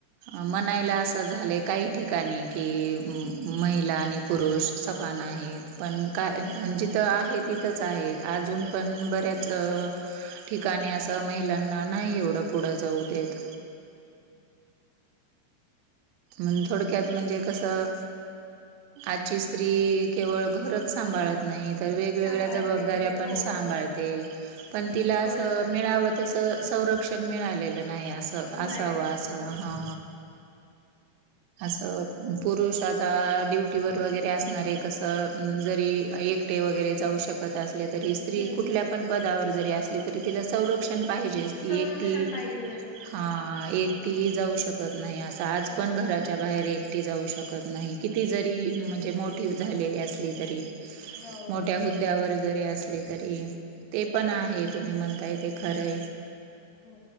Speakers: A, on the right (about 85°); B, on the left (about 75°).
A: अ म्हणायला असं झालंय काही ठिकाणी कि, महिला आणि पुरुष समान आहेत. पण काय जिथं आहे तिथंच आहे अजून पण बऱ्याचं ठिकाणी असं महिलांना नाही एवढं पुढं जाऊ देत.
B: <inaudible>
A: मण थोडक्यात म्हणजे कसं आजची स्त्री केवळ घरच सांभाळत नाही तर वेगवेगळ्या
B: सांभाळत
A: जबाबदऱ्या
B: नाही ती हो
A: पण सांभाळते
B: बरोबर.
A: पण तिला असं
B: बरोबर
A: मिळावत तसं संरक्षण मिळालेलं नाही असं, असावं
B: नाही
A: असं
B: बरोबर.
A: हा. असं पुरुष आता ड्युटीवर वगैरे असणारे कसं अ जरी एकटे वगैरे जाऊ शकत असले तरी स्त्री
B: हम्म
A: कुठल्या पण पदावर जरी असली तरी तिला संरक्षण पाहिजेच ती
B: संरक्षण
A: एकटी,
B: पाहिजेलच.
A: हा एक ती जाऊ शकत नाही असा.
B: नाही
A: पण घराच्या
B: बरोबर
A: बाहेर एकटी जाऊ शकत नाही किती जरी म्हणजे मोठी झालेली असली तरी.
B: हो
A: मोठ्या
B: बरोबर.
A: हुद्द्यावर जरी असली तरी, ते पण आहे तुम्ही म्हणताय ते खरंय.
B: हो.